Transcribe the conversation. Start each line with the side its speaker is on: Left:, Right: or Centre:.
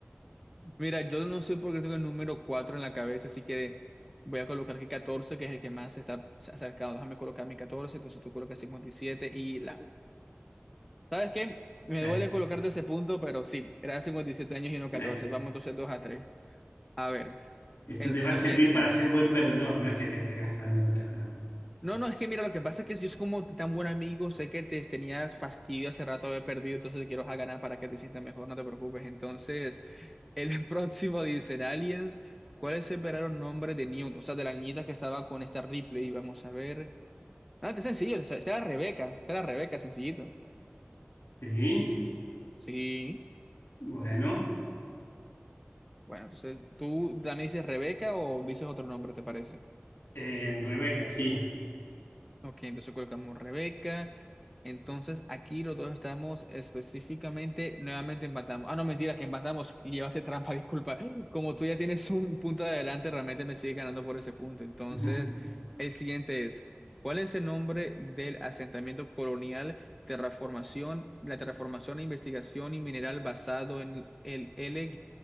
Centre: Mira, yo no sé por qué tengo el número 4 en la cabeza, así que voy a colocar aquí 14, que es el que más se está acercado. Déjame colocar mi 14, entonces tú colocas cincuenta y siete y la... ¿Sabes qué? Me
Left: La-
Centre: duele colocarte ese punto, pero sí, era 57 años y no 14.
Left: la-
Centre: Vamos entonces 2 a 3. A ver,
Left: esto
Centre: el
Left: te
Centre: siguiente.
Left: va a servir para ser buen perdedor, no es que te esté gastando en otras drama.
Centre: No, no, es que mira, lo que pasa es que yo es como tan buen amigo, sé que te tenías fastidio hace rato de haber perdido, entonces te quiero a ganar para que te sientas mejor, no te preocupes. Entonces, el <laughs> próximo dicen Aliens, ¿cuál es el verdadero nombre de Newt? O sea, de la niñita que estaba con esta Ripley, y vamos a ver. No, este es sencillo, esta esta era Rebeca, esta era Rebeca, sencillito.
Left: Sí,
Centre: Sí,
Left: bueno,
Centre: bueno, entonces, ¿tú también dices Rebeca o dices otro nombre, te parece?
Left: en Rebeca, sí.
Centre: Ok, entonces colocamos Rebeca. Entonces aquí los dos estamos específicamente, nuevamente empatamos. Ah, no, mentira, que empatamos y llevaste trampa, <laughs> disculpa. Como tú ya tienes un punto de adelante, realmente me sigue ganando por ese punto. Entonces,
Left: Ajá.
Centre: el siguiente es, ¿cuál es el nombre del asentamiento colonial, terraformación, la terraformación e investigación y mineral basado en el l